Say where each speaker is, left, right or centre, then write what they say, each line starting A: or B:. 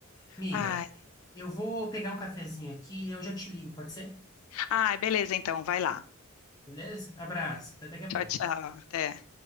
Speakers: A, on the left; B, on the left.
A: Miga,
B: Ai,
A: eu vou pegar um cafezinho aqui e eu já te ligo, pode ser?
B: ai, beleza, então, vai lá.
A: Beleza? Abraço, até daqui a pouco.
B: Tchau, tchau, até.